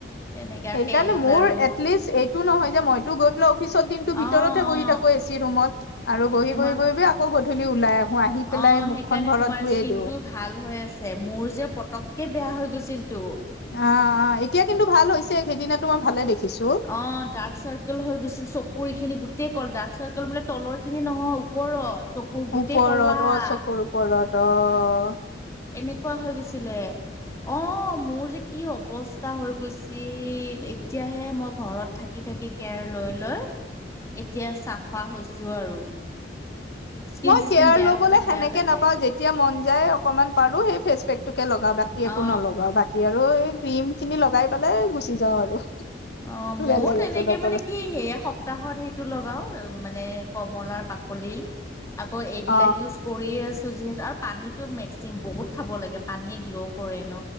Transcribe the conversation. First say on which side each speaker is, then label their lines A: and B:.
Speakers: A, on the left (about 15°); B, on the left (about 60°).
A: তেনেকে আৰু
B: সেইকাৰণে
A: তেল
B: মোৰ
A: আৰু
B: এটলিষ্ট এইটো নহয় যে মইতো গৈ পেলাই পিছত দিনটো ভিতৰতহে
A: অ
B: বহি
A: অ
B: থাকো এচি ৰুমত। আৰু
A: এই
B: বহি
A: তোমাৰ
B: বহি বহি বহি আকৌ গধূলি ওলাই আহো, আহি পেলাই
A: অ
B: মুখখন
A: সেইকাৰণে
B: ঘৰত
A: তোমাৰ
B: ধুয়ে
A: স্কিনটো
B: দিও।
A: ভাল হৈ আছে, মোৰ যে পতককে বেয়া হৈ গৈছিলটো।
B: অ', অ', এতিয়া কিন্তু ভাল হৈছে সেইদিনাতো মই ভালে দেখিছো।
A: অ', ডাৰ্ক চাৰ্কাল হৈ গৈছিল চকুৰ এইখিনি গোটেই কল ডাৰ্ক চাৰ্কাল মানে তলৰখিনি নহয় ওপৰত। চকুৰ গোটেই
B: ওপৰত
A: কলা
B: অঁ চকুৰ ওপৰত অঁ।
A: এনেকুৱা হৈ গৈছিলে অঁ মোৰ যে কি অৱস্থা হৈ গৈছিল, এতিয়াহে মই ঘৰত থাকি থাকি কেয়াৰ লৈ লৈ। এতিয়া চাফা হৈছো আৰু। স্কিন
B: মই
A: চিচকিন
B: কেয়াৰ
A: বেয়া
B: লবলৈ
A: হলে
B: সেনেকে
A: বেয়া লাগে
B: নাপাওঁ যে তিয়া মন যায় অকমান পাৰো সেই ফেচ পেক টোকে লগাও বাকী একো
A: অ
B: নলগাও বাকী আৰু আৰু এই ক্ৰীম খিনি লগাই পেলাই গুচি যাওঁ আৰু।
A: অঁ মইয়ো
B: বেলেগ
A: তেনেকে
B: একো নকৰো
A: মানে কি সেয়া সপতাহত সেইটো লগাওঁ মানে কমলাৰ বাকলি আকৌ এইবিলাক
B: অ
A: ইউজ কৰিয়ে আছোঁ যিহেতু আৰু পানীটো মেক্সিমাম বহুত খাব লাগে পানীয়ে গ্ল' কৰে ন।